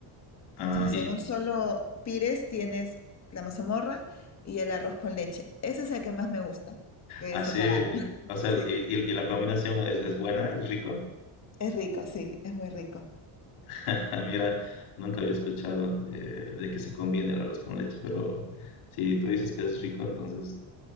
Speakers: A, on the left (about 80°); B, on the left (about 30°).
A: Ah,
B: Entonces,
A: y
B: en un solo pires tienes la mazamorra y el arroz con leche. Ese es el que más me gusta, que
A: así,
B: es separado. <laughs>
A: o sea,
B: Sí,
A: y, y- y la combinación es, es buena, es rico.
B: es rico, sí, es muy rico.
A: <laughs> Ah, Mira, nunca había escuchado de, de que se combine el arroz con leche, pero si tú dices que es rico, entonces